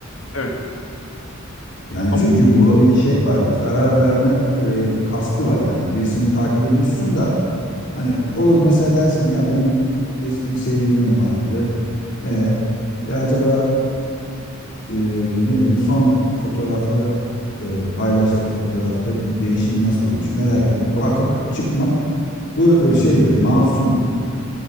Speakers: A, on the left; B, on the left.
A: Evet.
B: Yani
A: Ama
B: çünkü burada
A: bunu
B: bir şey var, zarar verme e, kastı var yani. Birisini takip ediyorsun da hani olur mesela dersin ya benim eski bir sevgilim vardı. E, ya acaba e, ne bileyim son fotoğrafı e, paylaştığı fotoğrafta değişim nasıl olmuş merak edip bakıp çıkmak bu e, şeydir masum